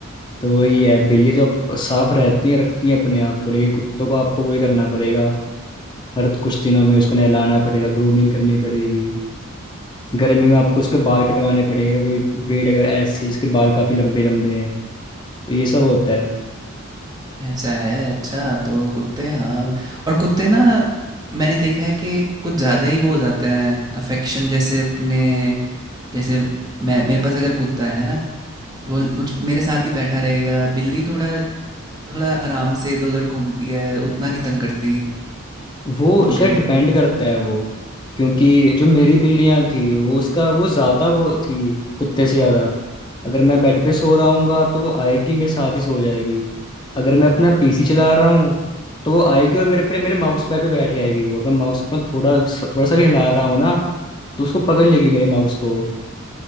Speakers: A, on the left; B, on the right.
A: तो वही है बिल्ली तो अप- साफ रहती हैं रखती हैं अपने आप को लेकिन कुत्तों को आपको वही करना पड़ेगा हर कुछ दिनों में उसको नहलाना पड़ेगा ग्रूमिंग करनी पड़ेगी गर्मी में आपको उसके बाल कटवाने पड़ेंगे तो वही ब्रीड अगर ऐसी है जिसके बाल काफी लंबे लंबे हैं तो ये सब होता है
B: ऐसा है अच्छा तो कुत्ते हाँ और कुत्ते ना मैंने देखा है कि कुछ ज़्यादा ही वो हो जाते हैं अफेक्शन जैसे अपने जैसे मैं मेरे पास अगर कुत्ता है ना वो मुझ मेरे साथ ही बैठा रहेगा बिल्ली थोड़ा थोड़ा आराम से इधर उधर घूमती है उतना नहीं तंग करती
A: वो
B: आपको
A: शायद
B: क्या लगता
A: डिपेंड
B: है
A: करता है वो क्योंकि जो मेरी बिल्लियां थी वो उसका वो ज्यादा वो थी कुत्ते से ज्यादा अगर मैं बेड पे सो रहा हूँगा तो वो आएगी मेरे साथ ही सो जाएगी अगर मैं अपना पीसी चला रहा हूँ तो वो आएगी और मेरे पे मेरे माउस पैड पे बैठ जाएगी वो अगर माउस अपना थोड़ा थोड़ा सा भी हिला रहा हूँ ना तो उसको पकड़ लेगी मेरे माउस को